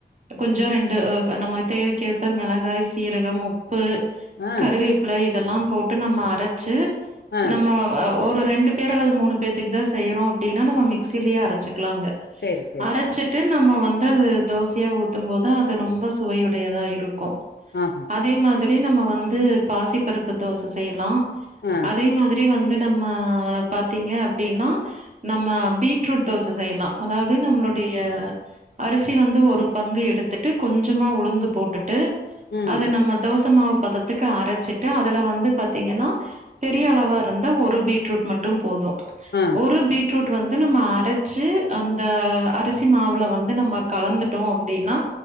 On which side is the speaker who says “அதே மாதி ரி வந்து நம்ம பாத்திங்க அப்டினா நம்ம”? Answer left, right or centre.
Right